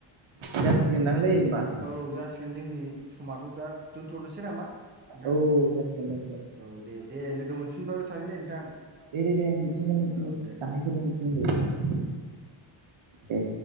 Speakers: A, on the right; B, on the right.
A: जासिगोनदांलै होमबा
B: औ जासिगोन जोंनि समथ दा दोनथनोसै नामा नोंथां
A: औ जासिगोन जासिगोन
B: औ दे दे लोगो मोनफिनबाबो थागोन दे नोंथां
A: दे दे दे मोनफिनगोन सिगोन
B: औ दे।
A: दाहायफोरनो मोनसिगोन दे दे